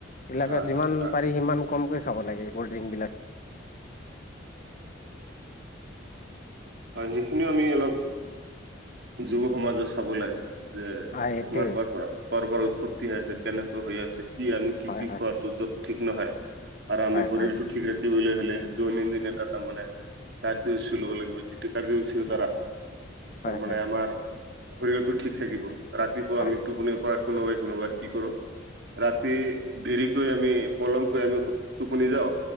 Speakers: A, on the left (about 40°); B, on the right (about 60°).
A: এইবিলাকক
B: হয়
A: যিমান
B: হয় হয়
A: পাৰি সিমান কমকৈ খাব লাগে ক'ল্ড ড্ৰিংকবিলাক।
B: হয় সেইখিনিও আমি অলপ যুৱ সমাজে চাবই লাগে। যে
A: হয়
B: বেমাৰ
A: সেইটোৱে
B: ক'ৰ পৰা, ক'ৰ পৰা উৎপত্তি হৈ আছে, কেনেকৈ হৈ আছে, কি আমি কি-কি
A: হয় হয়
B: খোৱা <unintelligible> টো ঠিক নহয় আৰু আমি
A: হয়
B: শৰীৰটো
A: হয়
B: ঠিক ৰাখিবলে হ'লে দৈনন্দিন এটা তাৰমানে <unintelligible> ল'ব লাগিব <unintelligible> <unintelligible> দ্বাৰা
A: হয়
B: তাৰমানে
A: হয়
B: আমাৰ শৰীৰটো ঠিক থাকিব। ৰাতিপুৱা
A: হয়
B: আমি টোপনিৰ পৰা কোনোবাই-কোনোবাই কি কৰোঁ ৰাতি দেৰিকৈ আমি পলমকৈ আমি শু টোপনি যাওঁ